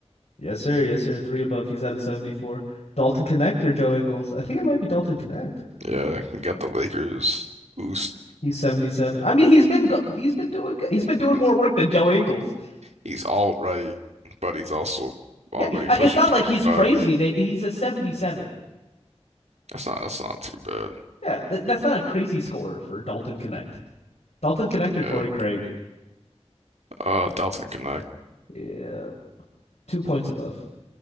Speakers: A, on the left; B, on the right.
A: Yes, sir. Yes, sir. Three above. He's at a 74. Dalton Connect or Joe Ingles? I think it might be Dalton Connect.
B: yeah, got the Lakers boost.
A: He's 77. I mean, he's been go- he's been doing good. he's been doing
B: He's,
A: more work than Joe Ingles.
B: he's all right, but he's also
A: Yeah,
B: already
A: he, uh,
B: pushing
A: it's not
B: 25.
A: like he's crazy. They, he's a 77.
B: That's not that's not too bad.
A: Yeah, th- that's not a crazy score for Dalton Connect. Dalton Connect or Torrey
B: Yeah,
A: Craig?
B: uh, Dalton Connect,
A: Yeah, two points above.